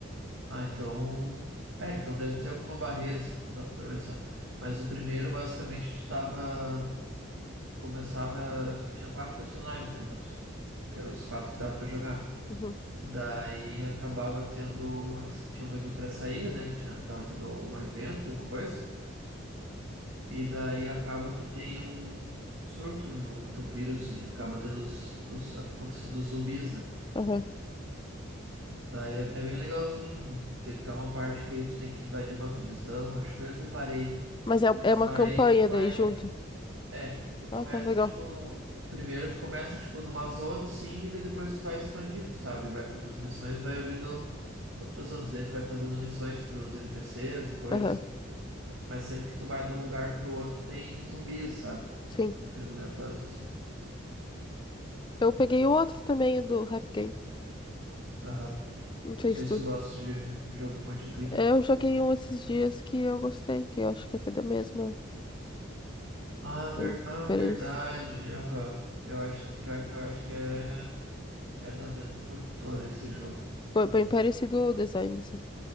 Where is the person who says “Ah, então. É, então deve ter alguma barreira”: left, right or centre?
Right